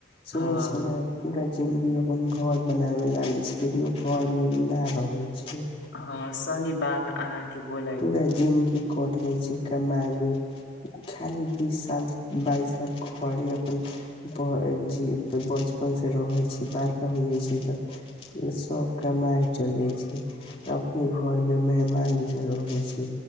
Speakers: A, on the left; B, on the left.
A: सुनै
B: हँ
A: छै ने पूरा जिनगी अपन घर बनाबऽमे लागे छै लेकिन ओ घरमे नहि रहै छै।
B: हँ सही बात तऽ अहाँके बोल
A: पूरा जिंदगी कट जाइ छै कमाय मे खाली बीस साल बाइस साल घरे अपन ब जी बचपन से रहै छै बारके हो जाइ छै तऽ सब कमाइ चल जाय छै अपने घर मे मेहमानी रहै छै